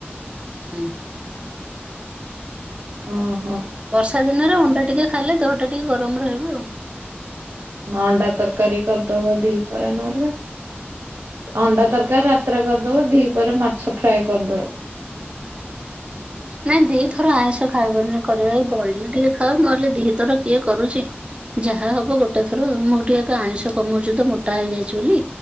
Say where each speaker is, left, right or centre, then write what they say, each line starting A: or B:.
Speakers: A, on the right; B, on the right.
A: ହୁଁ।
B: ଓ ହୋ।
A: ବର୍ଷା ଦିନରେ ଅଣ୍ଡା ଟିକେ ଖାଇଲେ ଦେହଟା ଟିକେ ଗରମ ରହିବ ଆଉ।
B: ଅଣ୍ଡା ତରକାରୀ କରିଦବା ଦିପହରେ ନହେଲେ। ଅଣ୍ଡା ତରକାରି ରାତିରେ କରିଦବ ଦି ପରେ ମାଛ ଫ୍ରାଏ କରିଦେବ।
A: ନାଇଁ ଦିଥର ଆଇଁଷ ଖାଇବୁନି କରିବା ବଳିଲା ଟିକେ ଖାଇ ନହେଲେ ଦିଥର କିଏ କରୁଛି। ଯାହା ହବ ଗୋଟେ ଥର ମୁଁ ଟିକେ ଏବେ ଆଇଁଷ କମଉଛି ତ ମୋଟା ହେଇଯାଇଛି ବୋଲି